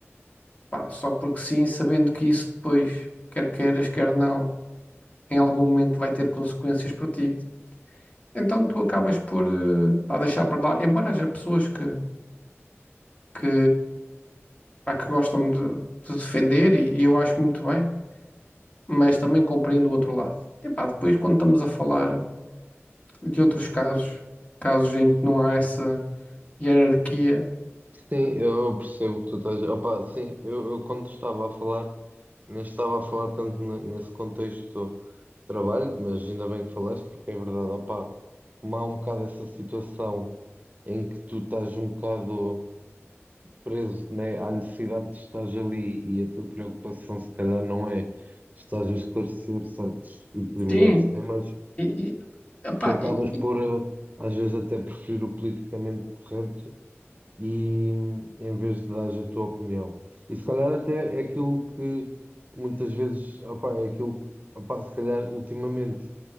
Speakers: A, on the left; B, on the right.
A: pá, só porque sim, sabendo que isso depois, quer queiras, quer não, em algum momento vai ter consequências para ti. Então tu acabas por, eh, pá, deixar para lá, embora haja pessoas que, que, pá, que gostam de, de defender e, e eu acho muito bem. mas também compreendo o outro lado. E pá, depois quando estamos a falar de outros casos, casos em que não há essa hierarquia,
B: Sim, eu percebo o que tu estás. Opa, sim, eu, eu quando estava a falar, nem estava a falar tanto ne- nesse contexto de trabalho, mas ainda bem que falaste, porque é verdade, opa, como há um bocado essa situação em que tu estás um bocado preso, né, à necessidade de estar ali e a tua preocupação se calhar não é estás a esclarecer certos e determinados
A: Sim,
B: temas,
A: e, e, epá,
B: tu acabas
A: e-
B: por, eh, às vezes, até preferir o politicamente correto e em vez de dar a tua opinião. E se calhar até é aquilo que muitas vezes, opá, é aquilo, opá, se calhar ultimamente